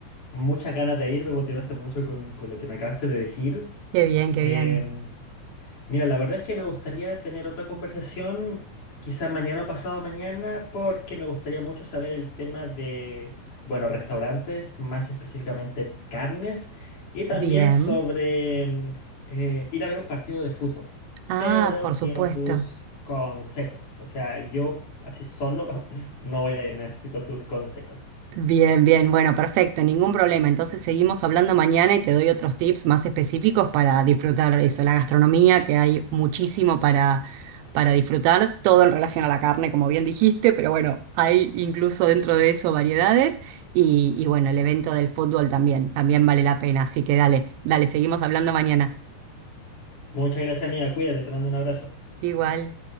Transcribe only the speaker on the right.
Qué bien, qué
bien.
Bien.
Ah,
por supuesto.
Bien, bien, bueno, perfecto, ningún problema. Entonces seguimos hablando mañana y te doy otros tips más específicos para disfrutar eso, la gastronomía, que hay muchísimo para, para disfrutar, todo en relación a la carne, como bien dijiste, pero bueno, hay incluso dentro de eso variedades y, y bueno, el evento del fútbol también, también vale la pena. Así que dale, dale, seguimos hablando mañana.
Igual.